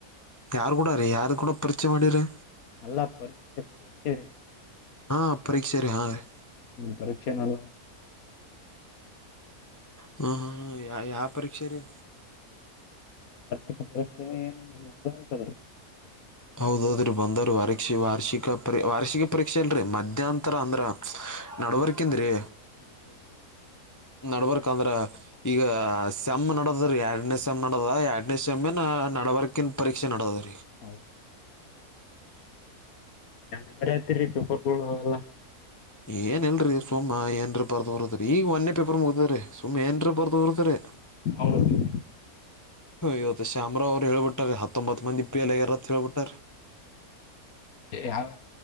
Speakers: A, on the left; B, on the left.
A: ಯಾರ್ು ಕೂಡ ರೀ ಯಾರು ಕೂಡ ಪರಿಚಯ ಮಾಡಿರಿ
B: ಅಲ್ಲ ಪರೀಕ್ಷೆ ಪರೀಕ್ಷೆ
A: ಹಾ ಪರೀಕ್ಷೆ ರೀ ಹಾ ರೀ
B: ಹ ಪರೀಕ್ಷೆ ನಾನ
A: ಹ್ಮ ಹ್ ಹ್ಮ ಯಾವ ಪರೀಕ್ಷೆ ರೀ
B: ವಾರ್ಷಿಕ ಪರೀಕ್ಷೆ ಏನ್ ಅಂತ
A: ಹೌದೌದ್ರಿ ಬಂದವ್ರಿ ವಕ್ಷ ವಾರ್ಷಿಕ ಪರ ವಾರ್ಷಿಕ ಪರೀಕ್ಷೆ ಅಲ್ರರಿ ಮಧ್ಯಾಂತರ ಅಂದ್ರ ನಡವಕೆಂದ್ರೀ
B: ಹ್ಮ್ ಹ್ಮ್
A: ನಡ್ಬಕ್ ಅಂದ್ರ ಈಗ ಸಮ್ ನಡದ್ರ ಎರಡನೇ ಸಮ್ ನಡದ ಎರಡನೇ ಸಾಮನ ನವರ್ಕನ್ ಪರೀಕ್ಷೆ ನಿದೆ
B: ಹೌ ಹ್ಮರ ತಿರಿ ಪೇಪರ್ಬ ಎಲ್ಲ
A: ಏನ್ ಇಲ್ರರಿ ಸುಮ್ ಏನ್ರ ಬರ್ದು ಬರ್ತರಿ ಈಗ ಒನ್ನೇ ಪೇಪರ್ ಮುಗತಾರ ಸುಮ್ ಏನ್ರ ಬರ್ದು ಬರ್ತಾರೆ
B: ಅವೆಲ್ಲ
A: ಹ ಒತ್ತ ಶಾಮರ ಹೇಳ್ಬಿಟ್ಟಾರೆ ಹತ್ತೊಂಬತ್ತು ಮಂದಿ ಪಿ ಎಲ್ಗಾರತ್ ಹೇಳ್ಬಿಟ್ಟ್ರ
B: ಯಾವ